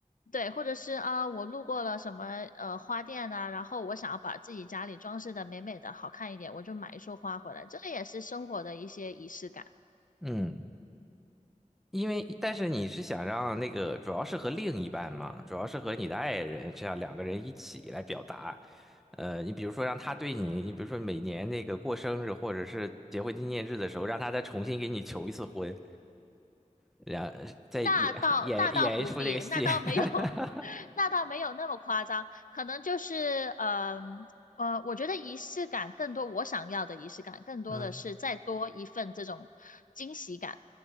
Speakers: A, on the left (about 80°); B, in the centre.
A: 对，或者是啊，我路过了什么呃花店呐、然后我想要把自己家里装饰的美美的、好看一点，我就买一束花回来，这个也是生活的一些仪式感。
B: 嗯。因为但是你是想让那个主要是和另一半嘛，主要是和你的爱人，这样两个人一起来表达。呃，你比如说让他对你，你比如说每年那个过生日或者是结婚纪念日的时候，让他再重新给你求一次婚，然后再演演演一出这个戏。
A: 那倒那倒不必，那倒没有，
B: <laughs>
A: <laughs> 那倒没有那么夸张，可能就是嗯呃，呃我觉得仪式感更多，我想要的仪式感更多的是再多一份这种惊喜感，
B: 嗯